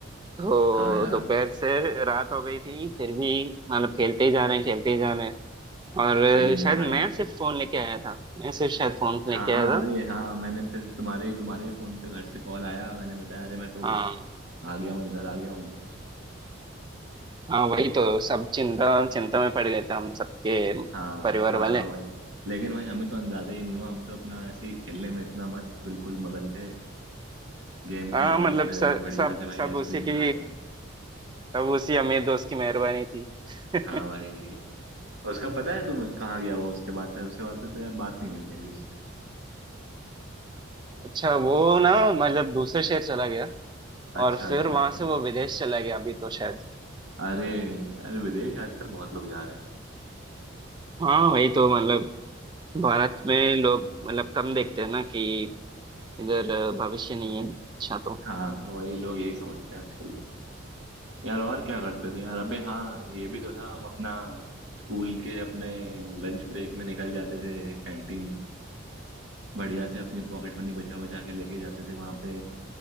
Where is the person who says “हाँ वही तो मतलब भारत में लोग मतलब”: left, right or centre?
Right